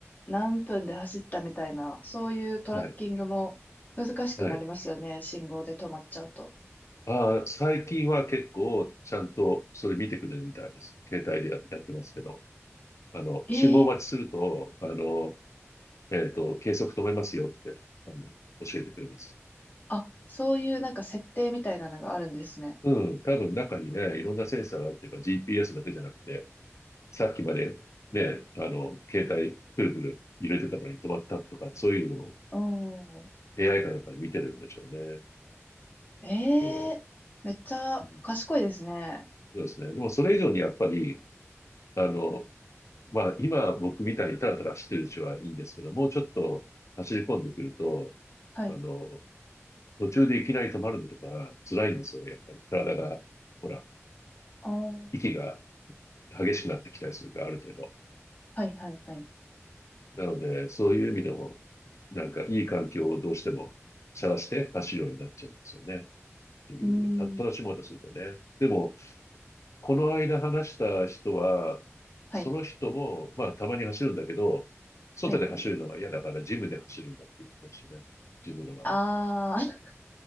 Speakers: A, on the left; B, on the left.
A: 何分で走ったみたいな、そういうトラッキングも難しくなりますよね。
B: はい。はい。
A: 信号で止まっちゃうと。
B: ああ、最近は結構ちゃんとそれ見てくれるみたいです。携帯でや、やってますけど。あの、
A: ええ
B: 信号待ちすると、あの、えっと、計測止めますよって、あの、教えてくれます。
A: あ、そういうなんか設定みたいなのがあるんですね。
B: うん、多分中にね、いろんなセンサーがあるっていうか GPS だけじゃなくて、さっきまでね、あの、携帯、プルプル揺れてたのに止まったとか、そういうのを
A: おー。
B: AI かなんかで見てるんでしょうね。
A: ええめっちゃ賢いですね。
B: そう。うん、そうですね。でもそれ以上にやっぱり、あの、まあ、今僕みたいにタラタラしてるうちはいいんですけど、もうちょっと走り込んでくると、
A: はい。
B: あの、途中でいきなり止まるのとか辛いんですよ、やっぱり。体が、ほら、
A: おー。
B: 息が激しくなってきたりするから、ある程度。
A: はい、はい、はい。
B: なので、そういう意味でも、なんかいい環境をどうしても探して走るようになっちゃうんですよね。という、
A: うーん。
B: た、楽しもうとするとね。でも、この間話した人は、
A: はい、
B: その人も、まあ、たまに走るんだけど、外で走るのが嫌だから、
A: はい、はい。
B: ジムで走るんだって言ってましたね。ジムのあの、
A: あー、<laughs>